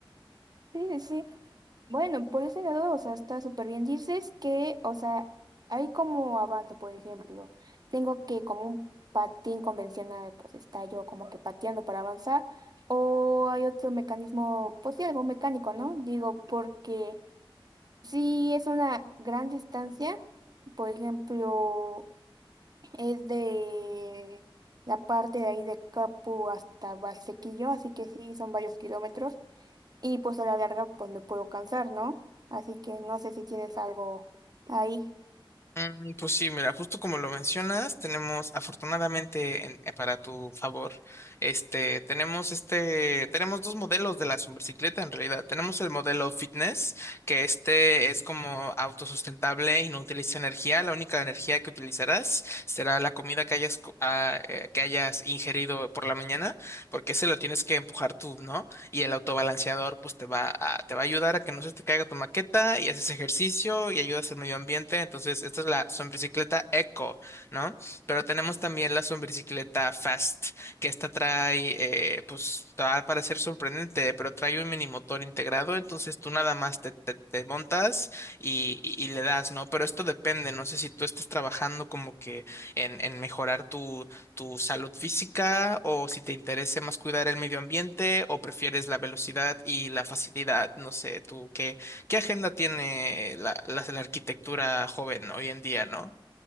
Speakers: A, on the right (about 45°); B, on the left (about 30°).
A: Sí, sí. Bueno, por ese lado, o sea, está súper bien. Dices que, o sea, hay como avance, por ejemplo, tengo que como un patín convencional, pues está yo como que pateando para avanzar, o hay otro mecanismo, pues sí, algo mecánico, ¿no? Digo, porque si es una gran distancia, por ejemplo, es de la parte de ahí de Capu hasta Valsequillo, así que sí, son varios kilómetros y pues a la larga pues me puedo cansar, ¿no? Así que no sé si tienes algo ahí.
B: Mm, Pues sí, mira, justo como lo mencionas, tenemos afortunadamente en- eh, para tu favor, este, tenemos este, tenemos dos modelos de la superbicicleta en realidad. Tenemos el modelo fitness, que este es como autosustentable y no utiliza energía. La única energía que utilizarás será la comida que hayas, co- ah, eh, que hayas ingerido por la mañana, porque ese lo tienes que empujar tú, ¿no? y el autobalanceador pues te va a, te va a ayudar a que no se te caiga tu maqueta y haces ejercicio y ayudas al medio ambiente. Entonces, esta es la sombricicleta eco, ¿no? Pero tenemos también la sombricicleta fast, que esta trae, eh, pues te va a parecer sorprendente, pero trae un mini motor integrado, entonces tú nada más te, te, te montas y, y- y le das, ¿no? Pero esto depende, no sé si tú estás trabajando como que en, en mejorar tu tu salud física o si te interesa más cuidar el medio ambiente o prefieres la velocidad y la facilidad. No sé, tú, ¿qué, qué agenda tiene la, la, la arquitectura joven hoy en día, ¿no?